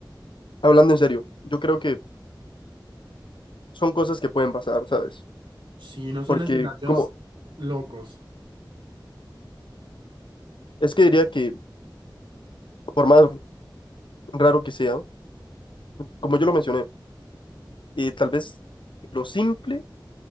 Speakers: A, on the left; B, on the right.
A: hablando en serio, yo creo que son cosas que pueden pasar, ¿sabes?
B: Sí, no son
A: Porque
B: escenarios
A: como,
B: locos.
A: es que diría que por más raro que sea, como yo lo mencioné, eh, tal vez lo simple